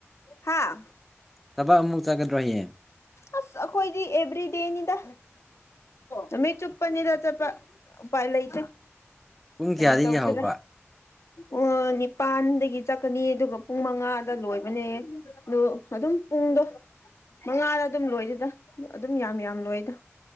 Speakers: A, on the left; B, in the centre.
A: ꯍꯥꯥ
B: ꯊꯕꯛ ꯑꯃꯨꯛ ꯆꯥꯒꯗ꯭ꯔꯣ ꯍꯌꯦꯡ
A: ꯑꯁ ꯑꯩꯈꯣꯏꯗꯤ ꯑꯦꯚ꯭ꯔꯤꯗꯦꯅꯤꯗ ꯅꯨꯃꯤꯠ ꯆꯨꯞꯄꯅꯤꯗ ꯆꯠꯄ ꯎꯄꯥꯏ ꯂꯩꯇꯦ
B: ꯄꯨꯡ
A: ꯀꯔꯤ
B: ꯀꯌꯥꯗꯒꯤ
A: ꯇꯧꯁꯤꯔ
B: ꯍꯧꯕ
A: ꯑꯣ ꯅꯤꯄꯥꯟꯗꯒꯤ ꯆꯠꯀꯅꯤ ꯑꯗꯨꯒ ꯄꯨꯡ ꯃꯉꯥꯗ ꯂꯣꯏꯕꯅꯦ ꯑꯗꯣ ꯑꯗꯨꯝ ꯄꯨꯡꯗꯣ ꯃꯉꯥꯗ ꯑꯗꯨꯝ ꯂꯣꯏꯗꯦꯗ ꯑꯗꯨꯝ ꯌꯥꯝ ꯌꯥꯝ ꯂꯣꯏꯗ